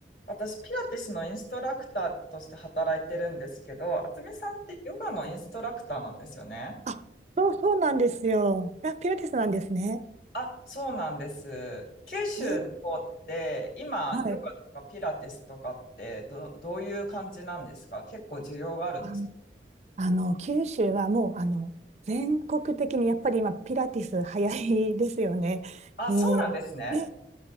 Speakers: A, on the left (about 55°); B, on the right (about 40°).
A: 私、ピラティスのインストラクターとして働いてるんですけど、渥美さんってヨガのインストラクターなんですよね。
B: あ、そうそうなんですよ。あ、ピラティスなんですね。
A: あ、そうなんです。九州の方って、
B: えー
A: 今、
B: はい。
A: ヨガとかピラティスとかってど、どういう感じなんですか結構需要があるんですか
B: ああの、九州はもう、あの、全国的にやっぱり今、ピラティス流行りですよね。
A: あ、
B: で、
A: そうなんですね。
B: ね